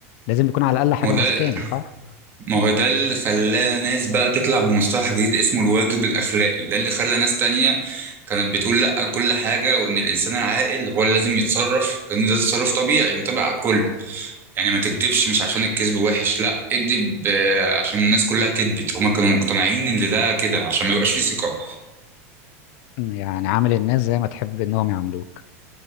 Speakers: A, on the left; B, on the right.
A: لازم يكون على الاقل حاجة
B: ما هو
A: ماسكاني
B: ده
A: صح
B: ما هو ده اللي خلى ناس بقى تطلع بمصطلح جديد اسمه الواجب الأخلاقي ده اللي خلى ناس تانية كانت بتقول لأ لكل حاجة وإن الإنسان العاقل هو اللي لازم يتصرف كان ده تصرف طبيعي ينطبق على الكل يعني ما تكدبش مش عشان الكذب وحش لأ اكدب آه، عشان الناس كلها كدبت هما كانوا مقتنعين إن ده كده عشان ما يبقاش فيه ثقة
A: يعني عامل الناس زي ما تحب انهم يعاملوك